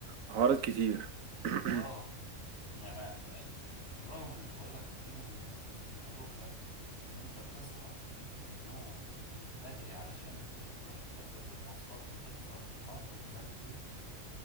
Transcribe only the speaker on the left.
آه. أنا بع- يعني بالرغم من اللي بقول لك دي من من عيوبها ان انت بتصحى من النوم من- بدري علشان ت- تروح تركب المواصلات وتكفر في الحر ومش عارف ايه